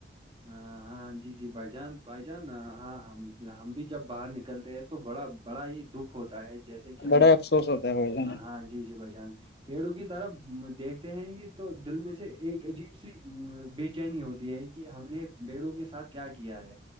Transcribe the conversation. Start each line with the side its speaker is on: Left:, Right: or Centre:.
Right: ہاں ہاں جی جی بھائی جان بائی جان ہاں ہم بھی جب باہر نکلتے ہیں تو بڑا بڑا ہی دکھ ہوتا ہے جیسے کہ ہم
Left: بڑا افسوس ہوتا ہے بھائی جان
Right: ہاں جی جی ب جان پیڑوں کی طرف دیکھتے ہیں کہ تو دل میں سے ایک عجیب سی بے چینی ہوتی ہے کہ ہم نے بیڑوں کے ساتھ کیا کیا ہے